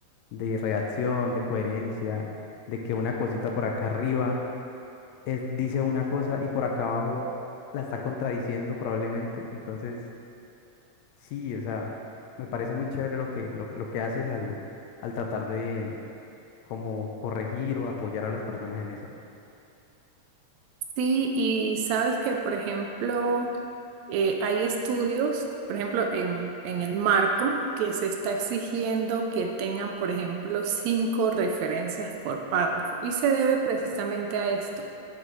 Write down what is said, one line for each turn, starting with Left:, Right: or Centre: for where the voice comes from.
Left: de reacción, de coherencia, de que una cosita por acá arriba es- dice una cosa y por acá abajo la está contradiciendo probablemente. Entonces, sí, o sea, me parece muy chévere lo que, lo, lo que haces al, al tratar de como corregir o apoyar a las personas en eso.
Right: Sí, y sabes que, por ejemplo, eh, hay estudios, por ejemplo, en, en el marco, que se está exigiendo que tengan, por ejemplo, cinco referencias por párrafo. Y se debe precisamente a esto,